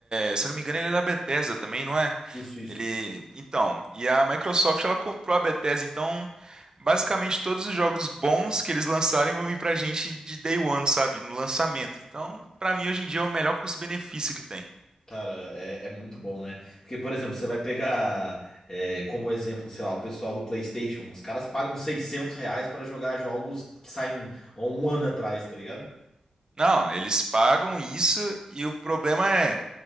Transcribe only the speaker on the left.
Isso, isso.
Cara, é, é muito bom, né? Porque, por exemplo, você vai pegar é, como exemplo, sei lá, o pessoal do PlayStation. Os caras pagam 600 reais pra jogar jogos que saem há um ano atrás, tá ligado?